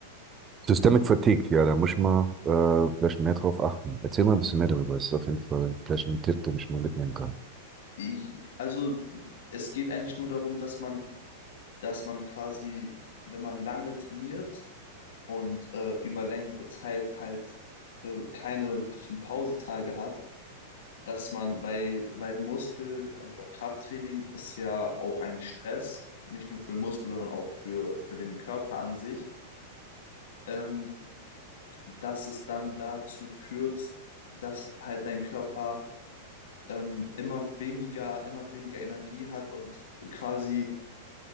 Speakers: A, on the right; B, on the left.
A: Systemic Fatigue, ja, da muss ich mal äh, vielleicht mehr drauf achten. Erzähl mal ein bisschen mehr darüber. Das ist auf jeden Fall vielleicht ein Tipp, den ich mal mitnehmen kann.
B: I- Also es geht eigentlich nur darum, dass man, dass man quasi, wenn man lange trainiert und äh, über längere Zeit halt äh, keine wirklichen Pausetage hat, dass man, weil, weil Muskel- oder Krafttraining ist ja auch ein Stress, nicht nur für den Muskel, sondern auch für, für den Körper an sich, ähm, dass es dann dazu führt, dass halt dein Körper ähm, immer weniger, immer weniger Energie hat und quasi